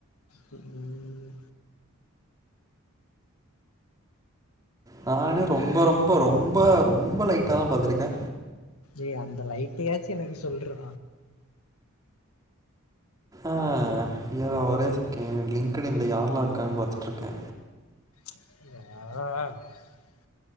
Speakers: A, on the left; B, on the right.
A: உம்
B: நானே ரொம்போ ரொம்போ ரொம்போ ரொம்போ லைட்டா தா பாத்திருக்கே
A: ஏ அந்த லைட்டே யாச்சு எனக்கு சொல்றா
B: ஆ இர்ரா ஒரே சேக்கேன்ட் லிங்கிட்டின் ல யாரெல்லா இருக்காணு பாத்துட்டு இருக்கே
A: யா